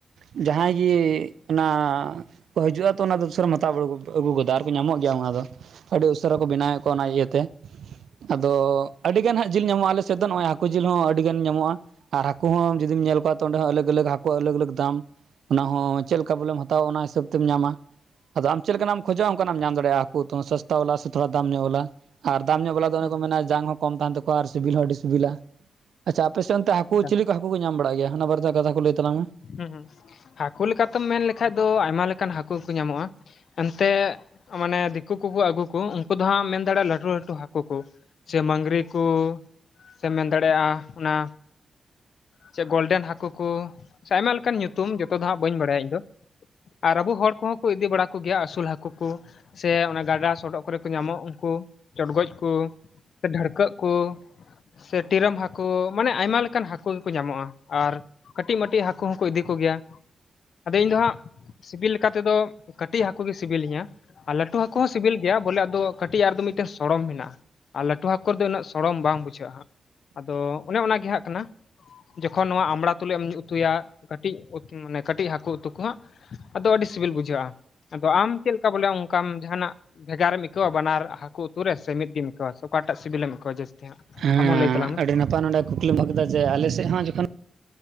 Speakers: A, on the right (about 85°); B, on the left (about 65°).
A: ᱡᱟᱦᱟᱸᱭ ᱜᱮ ᱚᱱᱟ ᱠᱚ ᱦᱤᱡᱩᱜᱼᱟ ᱛᱚ ᱚᱱᱟ ᱫᱚᱥᱟᱹᱨᱟᱢ ᱦᱟᱛᱟᱣ ᱟᱹᱜᱩ ᱜᱚᱫᱟ ᱟᱨᱠᱚ ᱧᱟᱢᱚᱜ ᱜᱮᱭᱟ ᱚᱱᱟ ᱫᱚ ᱾ ᱟᱹᱰᱤ ᱩᱥᱟᱹᱨᱟ ᱠᱚ ᱵᱮᱱᱟᱣᱮᱫ ᱠᱚᱣᱟ ᱚᱱᱟ ᱤᱭᱟᱹᱛᱮ ᱟᱫᱚᱻ ᱟᱹᱰᱤ ᱜᱟᱱ ᱦᱟᱸᱜ ᱡᱤᱞ ᱧᱟᱢᱚᱜᱼᱟ ᱟᱞᱮᱥᱮᱫ ᱫᱚ ᱱᱚᱜᱼᱚᱭ ᱦᱟᱹᱠᱩ ᱡᱤᱞ ᱦᱚᱸ ᱟᱹᱰᱤᱜᱟᱱ ᱧᱟᱢᱚᱜᱼᱟ ᱾ ᱟᱨ ᱦᱟᱠᱳ ᱦᱚᱸ ᱡᱩᱫᱤᱢ ᱧᱮᱞ ᱠᱚᱣᱟ ᱛᱚ ᱚᱸᱰᱮ ᱦᱚᱸ ᱟᱞᱳᱜᱽ ᱟᱞᱳᱜᱽ ᱦᱟᱠᱳ ᱟᱞᱳᱜᱽ ᱟᱞᱳᱜᱽ ᱫᱟᱢ। ᱚᱱᱟ ᱦᱚᱸ ᱪᱮᱫ ᱞᱮᱠᱟ ᱵᱚᱞᱮᱢ ᱦᱟᱛᱟᱣᱟ ᱚᱱᱟ ᱦᱤᱥᱟᱹᱵ ᱛᱮᱢ ᱧᱟᱢᱟ। ᱟᱫᱚ ᱟᱢ ᱪᱮᱫ ᱞᱮᱠᱟᱱᱟᱜ ᱮᱢ ᱠᱷᱚᱡᱚᱜᱼᱟ, ᱚᱱᱠᱟ ᱱᱟᱜ ᱮᱢ ᱧᱟᱢ ᱫᱟᱲᱮᱭᱟᱜᱼᱟ ᱦᱟᱹᱠᱩ ᱩᱛᱩ ᱦᱚᱸ ᱥᱟᱥᱛᱟ ᱣᱵᱟᱞᱟ ᱥᱮ ᱛᱷᱚᱲᱟ ᱫᱟᱢ ᱧᱚᱸᱜ ᱵᱟᱞᱟ। ᱟᱨ ᱫᱟᱢ ᱧᱚᱜ ᱵᱟᱞᱟ ᱫᱚ ᱚᱱᱮ
B: ᱦᱩᱸ
A: ᱠᱚ ᱢᱮᱱᱟ ᱡᱟᱝ ᱦᱚᱸ ᱠᱚᱢ ᱛᱟᱦᱮᱱ ᱛᱟᱠᱚᱣᱟ ᱟᱨ ᱥᱤᱵᱤᱞ ᱦᱚᱸ ᱟᱹᱰᱤ ᱥᱤᱵᱤᱞᱟ ᱟᱪᱪᱷᱟ ᱟᱯᱮ ᱥᱮᱫ ᱚᱱᱛᱮ ᱛᱮ ᱦᱟᱹᱠᱩ
B: ᱦᱩᱸ
A: ᱪᱤᱞᱤ ᱠᱚ ᱦᱟᱹᱠᱩ ᱠᱚ ᱧᱟᱢ ᱵᱟᱲᱟᱜ ᱜᱮᱭᱟ ᱚᱱᱟ ᱵᱟᱨᱮ ᱛᱮ ᱠᱟᱛᱷᱟ ᱠᱚ ᱞᱟᱹᱭ ᱛᱟᱞᱟᱝ ᱢᱮ।
B: ᱦᱩᱸ ᱦᱩᱸ ᱦᱟᱠᱩ ᱞᱮᱠᱟ ᱛᱮᱢ ᱢᱮᱱ ᱞᱮᱠᱷᱟᱡ ᱫᱚ ᱟᱭᱢᱟ ᱞᱮᱠᱟᱱ ᱦᱟᱠᱩ ᱠᱚ ᱧᱟᱢᱚᱜᱼᱟ। ᱮᱱᱛᱮᱜ ᱢᱟᱱᱮ ᱫᱤᱠᱩ ᱠᱩ ᱠᱩ ᱟᱹᱜᱩ ᱠᱩ ᱩᱱᱠᱩ ᱫᱚ ᱦᱟᱸᱜ ᱢᱮᱱ ᱫᱟᱲᱮᱭᱟᱜᱼᱟ, ᱞᱟᱹᱴᱩ ᱞᱟᱹᱴᱩ ᱦᱟᱹᱠᱩ ᱠᱚ। ᱪᱮ ᱢᱟᱝᱨᱤ ᱠᱚ ᱥᱮᱢ ᱢᱮᱱ ᱫᱟᱲᱮᱭᱟᱜᱼᱟ ᱚᱱᱟ। ᱪᱮ ᱜᱚᱞᱰᱮᱱ ᱦᱟᱠᱩ ᱠᱚ ᱥᱮ ᱟᱭᱢᱟ ᱞᱮᱠᱟᱱ ᱧᱩᱛᱩᱢ ᱡᱚᱛᱚ ᱫᱚ ᱦᱟᱸᱜ ᱵᱟᱹᱧ ᱵᱟᱲᱟᱭᱟ ᱤᱧ ᱫᱚ᱾ ᱟᱨ ᱟᱹᱵᱩ ᱦᱚᱲ ᱠᱚᱦᱚᱸ ᱠᱚ ᱤᱫᱤ ᱵᱟᱲᱟ ᱠᱚ ᱜᱮᱭᱟ ᱟᱹᱥᱩᱞ ᱦᱟᱠᱩ ᱠᱚ᱾ ᱥᱮ ᱚᱱᱟ ᱜᱟᱰᱟ ᱥᱚᱰᱚᱜ ᱠᱚᱨᱮ ᱠᱚ ᱧᱟᱢᱚᱜ ᱩᱱᱠᱩ ᱪᱚᱰᱜᱚᱡ ᱠᱚ। ᱰᱷᱟᱹᱲᱠᱟᱹᱜ ᱠᱚ। ᱥᱮ ᱴᱤᱨᱟᱹᱢ ᱦᱟᱠᱳ ᱢᱟᱱᱮ ᱟᱭᱢᱟ ᱞᱮᱠᱟᱱ ᱦᱟᱠᱳ ᱜᱮᱠᱚ ᱧᱟᱢᱚᱜᱼᱟ ᱟᱨ ᱠᱟᱹᱴᱤᱡ ᱢᱟᱹᱴᱤᱡ ᱦᱟᱠᱳ। ᱩᱱᱠᱩ ᱦᱚᱸᱠᱚ ᱤᱫᱤ ᱠᱚ ᱜᱮᱭᱟ ᱟᱫᱚ ᱤᱧ ᱫᱚ ᱦᱟᱸᱜ। ᱥᱤᱵᱤᱞ ᱞᱮᱠᱟᱛᱮ ᱫᱚ ᱠᱟᱹᱴᱤᱡ ᱦᱟᱹᱠᱩ ᱜᱮ ᱥᱤᱵᱤᱞᱤᱧᱟ। ᱟᱨ ᱞᱟᱹᱴᱩ ᱦᱟᱹᱠᱚ ᱦᱚᱸ ᱥᱤᱵᱤᱞ ᱜᱮᱭᱟ ᱵᱚᱞᱮ ᱟᱫᱚ ᱠᱟᱹᱴᱤᱡ-ᱟᱜ ᱨᱮ ᱫᱚ ᱢᱤᱫ ᱴᱮᱱ ᱥᱚᱲᱚᱢ ᱢᱮᱱᱟᱜᱼᱟ। ᱟᱨ ᱞᱟᱹᱴᱩ ᱦᱟᱹᱠᱚ ᱨᱮ ᱫᱚ ᱩᱱᱟᱹᱜ ᱥᱚᱲᱚᱢ ᱵᱟᱝ ᱵᱩᱡᱷᱟᱹᱜᱼᱟ, ᱟᱫᱚ ᱚᱱᱮ ᱚᱱᱟ ᱜᱮ ᱦᱟᱸᱜ ᱠᱟᱱᱟ। ᱡᱚᱠᱷᱚᱱ ᱱᱚᱶᱟ ᱟᱢᱲᱟ ᱛᱩᱞᱩᱡ ᱮᱢ ᱩᱛᱩᱭᱟ। ᱠᱟᱹᱴᱤᱡ ᱩᱛᱩ ᱢᱟᱱᱮ ᱠᱟᱹᱴᱤᱡ ᱦᱟᱹᱠᱩ ᱩᱛᱩ ᱠᱚ ᱦᱟᱸᱜ ᱟᱫᱚ ᱟᱹᱰᱤ ᱥᱤᱵᱤᱞ ᱵᱩᱡᱷᱟᱹᱜᱼᱟ ‌। ᱟᱫᱚ ᱟᱢ ᱪᱮᱫ ᱞᱮᱠᱟ ᱵᱚᱞᱮ ᱚᱢᱠᱟᱢ ᱡᱟᱦᱟᱸᱱᱟᱜ ᱵᱷᱮᱜᱟᱨᱮᱢ ᱟᱹᱭᱠᱟᱹᱣᱟ ᱵᱟᱱᱟᱨ ᱦᱟᱹᱠᱩ ᱩᱛᱩ ᱨᱮ ᱥᱮ ᱢᱤᱫ ᱜᱮᱢ ᱟᱹᱭᱟᱹᱣᱟ ᱥᱮ ᱚᱠᱟᱴᱟᱜ ᱥᱤᱵᱤᱞᱮᱢ ᱟᱹᱭᱟᱹᱣᱟ ᱡᱟᱹᱥᱛᱤ? ᱦᱟᱸᱜ
A: ᱦᱩᱸ
B: ᱟᱢ ᱦᱚᱸ ᱞᱟᱹᱭ ᱛᱟᱞᱟᱝ ᱢᱮ
A: ᱟᱹᱰᱤ ᱱᱟᱯᱟᱭ ᱱᱚᱸᱰᱮ ᱠᱩᱠᱞᱤᱢ ᱟᱹᱜᱩ ᱠᱮᱫᱟ ᱡᱮ ᱟᱞᱮ ᱥᱮᱫ ᱦᱚᱸ ᱡᱚᱠᱷᱚᱱ